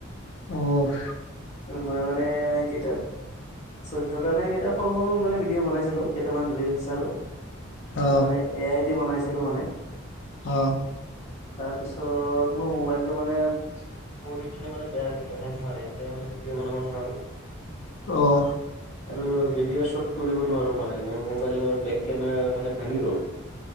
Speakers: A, on the left (about 60°); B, on the left (about 35°).
A: অ'
B: মই মানে কেইটা চৈধ্যটা নে কেইটা সৰু সৰু মানে ভিডিঅ' বনাইছিলোঁ কেইটামান ৰিলচ আৰু সেইটো
A: অ
B: মানে এ আই ডি বনাইছিলোঁ মানে
A: অ
B: তাৰপিছত মোৰ মোবাইলটো মানে পৰি কিনে মানে বেয়া হৈ থাকিলে হেং মাৰে এতিয়া মানে ভিডিঅ' বনাব নোৱাৰো
A: অহ
B: আৰু ভিডিঅ' শ্বুট কৰিব নোৱাৰো মানে মোৰ মোবাইলৰ বেক কেমেৰা মানে ভাঙি গ'ল <inaudible>